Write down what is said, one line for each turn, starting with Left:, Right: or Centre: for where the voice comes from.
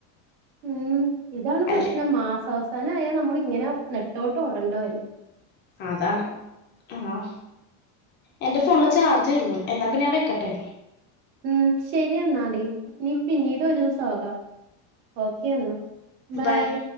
Right: ഉം ഇതാണ് പ്രശ്നം
Left: അല്ലേ
Right: മാസ അവസാനം ആയാൽ നമ്മള് ഇങ്ങനെ നെട്ടോട്ടം ഓടേണ്ട വരും
Left: അതാണ് ആഹ് എന്റെ ഫോണിലെ ചാർജ് തീർന്നു എന്നാ പിന്ന ഞാൻ വെക്കട്ടെ
Right: ഉം ശരി എന്നാടീ ഇനി പിന്നീട് ഒരു ദിവസം ആകാം ഓക്കെ എന്ന ബായ്
Left: ബൈ